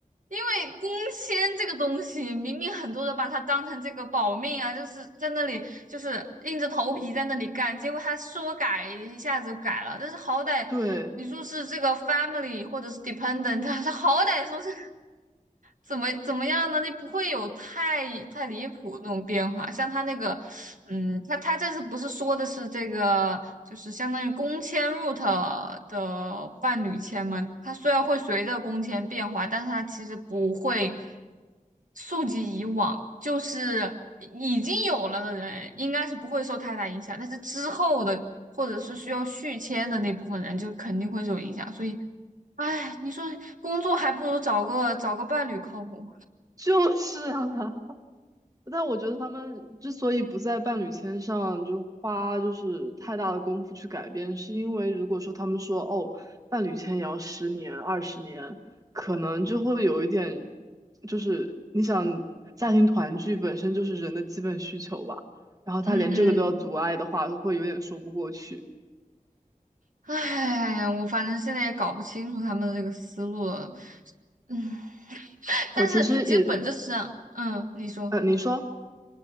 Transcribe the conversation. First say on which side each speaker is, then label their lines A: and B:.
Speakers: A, on the right (about 65°); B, on the right (about 25°).
A: 因为工签这个东西，明明很多人把它当成这个保命啊，就是在那里就是硬着头皮在那里干，结果他说改一下子就改了，但是好歹你说是这个
B: <laughs> 对，
A: family 或者是 dependent，<laughs> 他好歹说是怎么怎么样呢？你不会有太太离谱的那种变化，像他那个嗯，他他这次不是说的是这个，就是相当于工签入 o 的伴侣签吗？它虽然会随着工签变化，但是它其实不会溯及以往，就是已经有了的人应该是不会受太大影响，但是之后的或者是需要续签的那部分人就肯定会受影响。所以，哎，你说工作还不如找个找个伴侣靠谱。
B: 就是啊，但我觉得他们之所以不在伴侣签上就花就是太大的功夫去改变，是因为如果说他们说哦，伴侣签也要十年、二十年，可能就会有一点，就是你想家庭团聚本身就是人的基本需求吧，然后他连这个都要阻碍的话，
A: 嗯嗯。
B: 会有点说不过去。
A: 唉，我反正现在也搞不清楚他们的这个思路了。嗯，但是其实本质上，
B: 我其实也，
A: 嗯，你说，
B: 呃，你说。